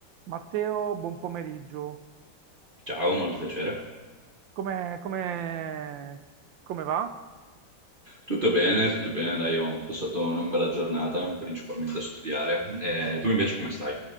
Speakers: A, on the right; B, on the right.
A: Matteo, buon pomeriggio.
B: Ciao, molto piacere.
A: Come, come- come va?
B: Tutto bene, tutto bene, dai, ho passato una bella giornata, principalmente a studiare. E tu invece come stai?